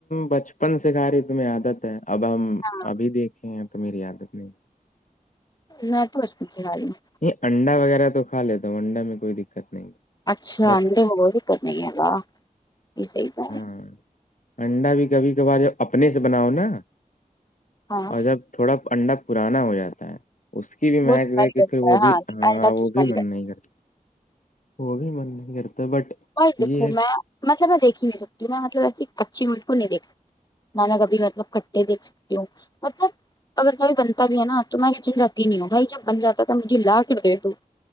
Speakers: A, on the left (about 60°); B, on the left (about 25°).
A: بچپن سے کھا رہی تمہیں عادت ہے اب ہم
B: نا،
A: ابھی دیکھ تو میری عادت نہیں
B: میں تو بچپن سے کھا رہی ہوں
A: نہیں انڈا وغیرہ تو کھا لیتا ہوں انڈا میں کوئی دقت نہیں
B: اچھا
A: بٹ
B: انے ہو بھی کرت نہیںا یہ صحیح ہے
A: ہاں انڈا بھی کبھی کبھار اپنے سے بناؤ نا
B: ہاں
A: اور جب تھوڑا انڈا پرانا ہو جاتا ہے اس کی بھی
B: وہ
A: مہک
B: اسمیل
A: دیک کے
B: کرتا
A: پھر وہ
B: ہے
A: بھی ہاں
B: انڈا تو
A: وہ
B: اسمیل
A: بھی من نہیں کرتا وہ بھی من نہیں کرتا بٹ
B: بائی دیکھو
A: یہ ہے
B: میں مطلب میں دیکھی ہی نہیں ستی میں مطلب ایسی کچی ملک نہیں دھ سکتی نا میں کبھی مطلب کٹھے دھ سکتی ہوں مطلب اگر کبھی بنتا بھی ہے نا تو میں بھی چن جاتی نہیں ہوں بھائی جب بن جا تو مجھے لا کر دے دو